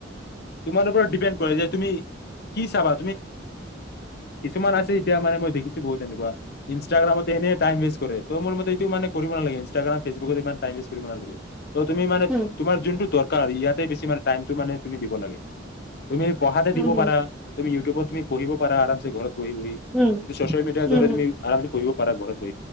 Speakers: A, on the left (about 55°); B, in the centre.
A: তোমালোকৰ ডিপেণ্ড কৰে যে তুমি কি চাবা, কিছুমান আছে, এতিয়া মানে মই দেখিছো বহুত এনেকুৱা, ইনষ্টাগ্ৰামত মানে, এনেই টাইম ৱেষ্ট কৰে, ত' মোৰ মতে মানে <unintelligible> কৰিব নালাগে, ইনষ্টাগ্ৰাম ফেচবুত ইমান। টাইমপাছ কৰিব নালাগে। তো তুমি মানে,
B: উম
A: তোমাৰ যোনটো দৰকাৰ ইয়াতে বেছি মানে, টাইমটো মানে তুমি দিব লাগে। তুমি পঢ়াতে
B: উম
A: দিব
B: উম
A: পাৰা। তুমি ইউটউবত, তুমি পঢ়িব পাৰা, আৰামছে ঘৰত। বহি বহি।
B: উম
A: এতিয়া চ'চিয়েল মিডিয়াৰ
B: উম
A: জৰিয়তে তুমি আৰামচে পঢ়িব পৰা ঘৰতে।